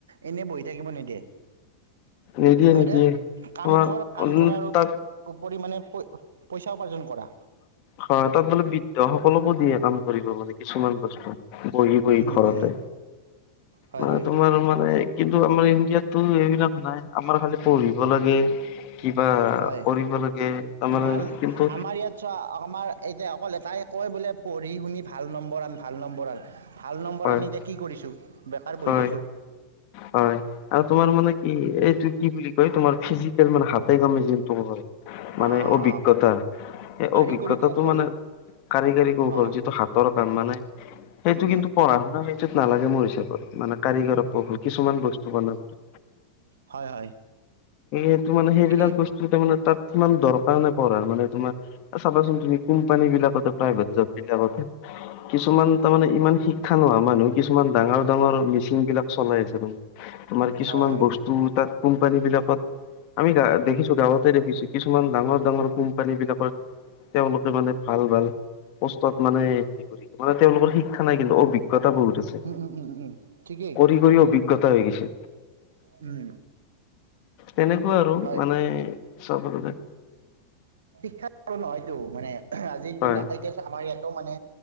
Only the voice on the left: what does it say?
নিদিয়ে
নিদিয়ে
তোমাৰ
উম
তাত
হয় তাত বোলে বৃদ্ধ সকলকো দিয়ে কাম কৰিব মানে কিছুমান বস্তু বহি বহি
ঘৰতে
মানে
তোমাৰ মানে কিন্তু আমাৰ ইণ্ডিয়াতটো এইবিলাক নাই আমাৰ খালি পঢ়িব লাগে কিবা
কৰিব লাগে তাৰমানে
কিন্তু
হয়
হয়
হয় আৰু তোমাৰ মানে কি এইটো কি বুলি কয় তোমাৰ ফিজিকেল মানে হাতে কমে য মানে
অভিজ্ঞতা
এই
অভিজ্ঞতাটো
মানে কাৰিকৰী কৌশল
যিটো হাতৰ মানে সেইটো
কিন্তু
পঢ়া শুনা সেইটোত নালাগে মোৰ হিচাপত মানে কাৰিগৰ কি কিছুমান বস্তু বনাবলৈ
এইটো মানে সেইবিলাক
বস্তু তাৰ মানে তাত কিমান দৰকাৰ নাই পঢ়াৰ মানে তোমাৰ চাবাচোন তুমি কোম্পানী বিলাক প্ৰাইভেট জব বিলাক যাবতে কিছুমান তাৰমানে ইমান শিক্ষা নহয় মানুহ কিছুমান ডাঙৰ ডাঙৰ মেচিন বিলাক চলাই আছে তাৰমান তোমাৰ কিছুমান
বস্তু তাত কোম্পানী বিলাকত আমি গা দেখিছো গাঁৱতে দেখিছো কিছুমান ডাঙৰ ডাঙৰ কোম্পানী বিলাকৰ তেওঁলোকে মানে ভাল ভাল পত মানে হেৰি কৰিছে মানে তেওঁলোকৰ শিক্ষা নাই কিন্তু অভিজ্ঞ বহুত আছে
কৰি কৰি অভিজ্ঞতা হৈ গৈছে
তেনেকুৱা আৰু
মানে চবলে
হয়